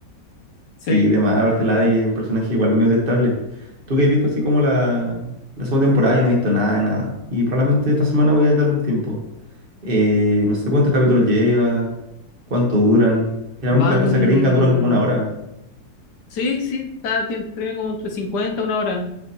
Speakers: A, on the left; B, on the right.
A: Sí,
B: Sí, de más, aparte Lavi es un personaje igual medio detestable. Tú que has visto así como la, la segunda temporada, yo no he visto nada de nada. Y probablemente esta semana voy a darle un tiempo. Eh, no sé cuántos capítulos lleva, cuánto duran. Generalmente
A: van...
B: las cosas gringas duran como una hora.
A: Sí, sí, está, tiene, tiene como entre 50 una hora,